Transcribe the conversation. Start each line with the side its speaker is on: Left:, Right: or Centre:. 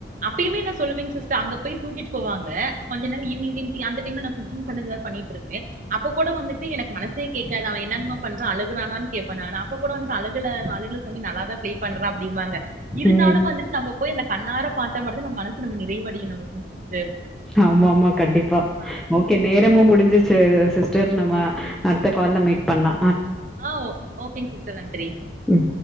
Right: அப்பயிமே நா சொல்லுவேங் சிஸ்டர் அங்க போய் தூக்கிட்டு போவாங்க கொஞ்ச நேர ஈவினிங் டைம் ப்ரியா அந்த டைம்ல நா குக்கிங் பண்ணறது பண்ணிட்டு இருப்பே அப்ப கூட வந்துட் விட்டுட்டு எனக்கு மனசே கேக்காது அவ என்னங்கமா பண்றா அழுகுறானு கேப்பே நானு அப்ப கூட வந்துட்டு அழுகல அழுகல சாமி நல்லதா பே பண்றா அப்டிபாங்க இருந்தாலு
Centre: ம்.
Right: வந்துட்டு நம்மோ போயி இந்த கண்ணார பாத்த மட்டு தா நம்ம மனசு நம்ம நிறைவடியு நமக்கு சிஸ்டர்
Centre: ஆமா ஆமா கண்டிப்பா
Right: ஆ
Centre: ஓகே நேரமும் முடிஞ்சிருச்சு செரி சிஸ்டர் நம்ம அடுத்த கால்ல மீட் பண்ணலா
Right: ஆங் ஓ ஓக் செரிங்க சிஸ்டர் நன்றி
Centre: ம்